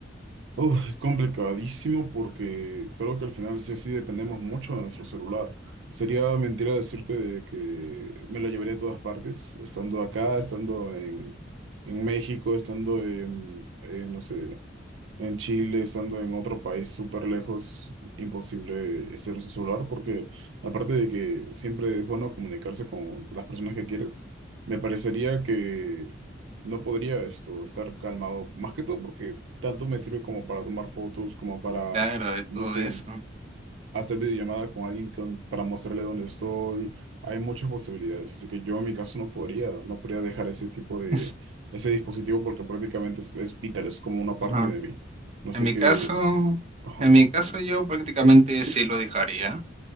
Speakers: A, on the right (about 85°); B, on the right (about 35°).
A: Uf, es complicadísimo porque creo que al final sí o sí dependemos mucho de nuestro celular. Sería mentira decirte de que me lo llevaría a todas partes, estando acá, estando en, en México, estando en, en, no sé. En Chile, estando en otro país súper lejos, imposible ser su celular, porque aparte de que siempre es bueno comunicarse con las personas que quieres, me parecería que no podría esto estar calmado, más que todo porque tanto me sirve como para tomar fotos, como para,
B: Claro, de todo
A: no sé,
B: eso.
A: hacer videollamada con alguien con- para mostrarle dónde estoy. Hay muchas posibilidades, así que yo en mi caso no podría, no podría dejar ese tipo de,
B: Es-
A: ese dispositivo porque prácticamente es, es vital, es como una parte
B: ajá.
A: de mí. No
B: En
A: sé
B: mi
A: qué.
B: caso,
A: Ajá.
B: en mi caso yo prácticamente sí lo dejaría.